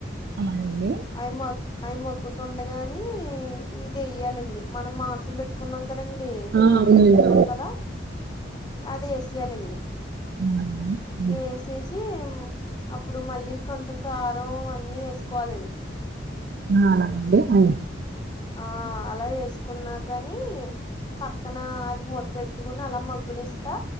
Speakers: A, on the right; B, on the left.
A: అలాగే అండి
B: అయి మొత్ అవి మొగ్గుతుండగానే ఇది వేయ్యాలండి మనం మాంసం పెట్ పెట్టుకున్నాం కదండి
A: ఆ
B: నాన్బెట్టుకున్నాం
A: అవునండి
B: కదా అది వేసేయాలండి
A: అవును అలాగే అండి. హ్మ్.
B: ఏసేసి ఉమ్ అప్పుడు మళ్ళీ కొంచెం కారం అన్ని వేసుకోవాలం
A: ఆ అలాగే అండి అయ్
B: ఆ అలా వేస్కున్నా కాని పక్కన అది మూత పెట్టుకుని అలా మగ్గునిస్తా